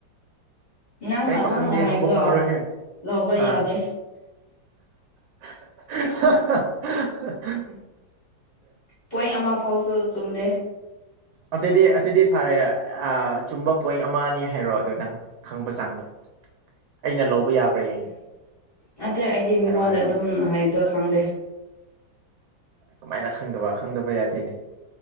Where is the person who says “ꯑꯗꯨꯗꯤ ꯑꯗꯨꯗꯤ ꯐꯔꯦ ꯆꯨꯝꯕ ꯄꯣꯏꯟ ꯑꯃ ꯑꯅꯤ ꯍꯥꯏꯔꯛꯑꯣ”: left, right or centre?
Right